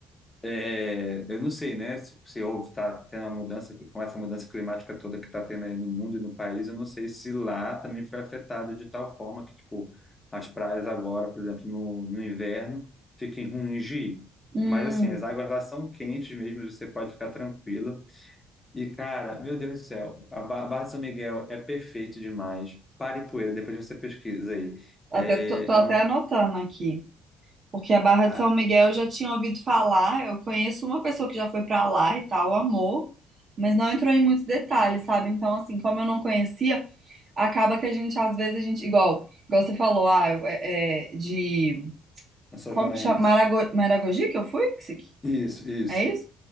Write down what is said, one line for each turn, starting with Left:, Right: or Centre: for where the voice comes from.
Left: é, eu não sei, né? Se, se houve, tá tendo uma mudança, com essa mudança climática toda que tá tendo aí no mundo e no país, eu não sei se lá também foi afetado de tal forma que, tipo, as praias agora, por exemplo, no, no inverno, fiquem ruins de ir.
Right: Hum,
Left: Mas, assim, as águas lá são quentes mesmo, você pode ficar tranquilo. E, cara, meu Deus do céu, a Ba- Barra de São Miguel é perfeito demais. Paripoeira, depois você pesquisa aí.
Right: até,
Left: É,
Right: tô, tô até
Left: é um...
Right: anotando aqui. Porque a Barra de
Left: Ah,
Right: São Miguel eu já tinha ouvido falar. Eu conheço uma pessoa que já foi pra lá e tal, amor, mas não entrou em muitos detalhes, sabe? Então, assim, como eu não conhecia, acaba que a gente, às vezes, a gente, igual, igual você falou, ah, eu- é, é, de.
Left: Lençóis
Right: Como
Left: Maranhenses.
Right: que chama? Marago- Maragogi que eu fui? Que isso aqui-
Left: Isso, isso.
Right: É isso?